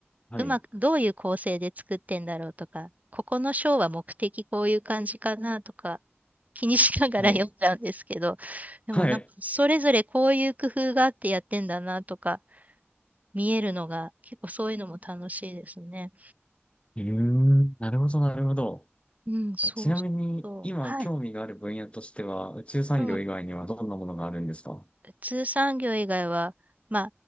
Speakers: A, on the left (about 25°); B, on the right (about 35°).
A: はい。
B: うまく、どういう構成で作ってんだろうとか、ここの章は目的こういう感じかなとか、気にしながら読んじゃうんですけど、
A: はい。
B: でもなんかそれぞれこういう工夫があってやってんだなとか
A: はい。
B: 見えるのが結構そういうのも楽しいですね。
A: うーん、なるほど、なるほど。
B: うん、そうそうそう。
A: ちなみに、今興味がある分野としては、
B: はい。
A: 宇宙産業以外にはどんなものがあるんですか
B: うん。普通産業以外は、ま